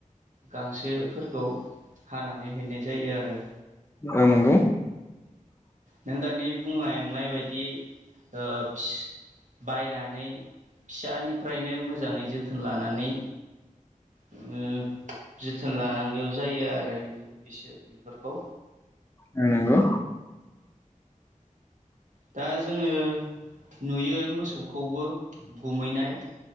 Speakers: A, on the right; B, on the left.
A: गांसोफोरखौ हानानै हैनाय जायो आरो
B: ओं नोंगौ
A: नों दानि बुंलायनाय बायदि ओ फिस बायनानै फिसानिफ्रायनो मोजाङै जोथोन लानानै उम जोथोन लानांगौ जायो आरो बिफोर बिसोर बिफोरखौ।
B: औ नोंगौ
A: दा जोङो नुयो मोसौखौबो गुमैनाय‌।